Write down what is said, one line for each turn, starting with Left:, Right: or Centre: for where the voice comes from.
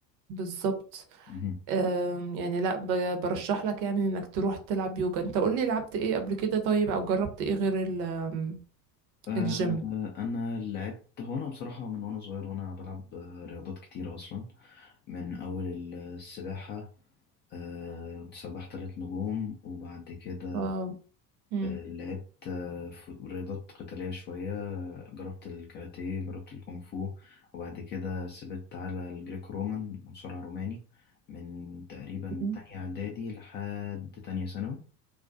Right: بالظبط
Left: مهم.
Right: آه يعني لا ب- برشح لك يعني انك تروح تلعب يوجا انت قولي لعبت ايه قبل كده طيب او جربت ايه غير ال- آم،
Left: آه،
Right: الجيم
Left: انا لعبت هو انا بصراحه من وانا صغير وانا بلعب آه، رياضات كتيره اصلا من اول السباحه آه، سباح ثلاث نجوم وبعد كده
Right: اه مم.
Left: آه، لعبت آه، ف- رياضات قتاليه شويه آه، جربت الكاراتيه جربت الكونغ فو وبعد كده سبت على الجريك رومان مصارع روماني من تقريبا
Right: اوكي.
Left: تانية اعدادي لحد تانية ثانوي